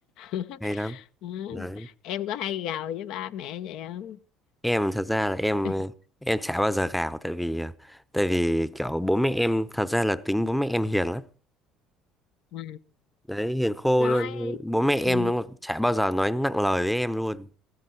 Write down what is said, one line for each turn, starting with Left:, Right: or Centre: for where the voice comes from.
Left: <laughs>
Centre: Hay lắm.
Left: Ừ.
Centre: Đấy.
Left: em có hay gào với ba mẹ vậy không
Centre: em thật ra là em
Left: <laughs>
Centre: ờ, em chả bao giờ gào tại vì ờ, tại vì kiểu bố mẹ em thật ra là tính bố mẹ em hiền lắm
Left: à,
Centre: đấy hiền khô
Left: dạ.
Centre: luôn
Left: nói
Centre: bố mẹ em
Left: ừ,
Centre: nó chả bao giờ nói nặng lời với em luôn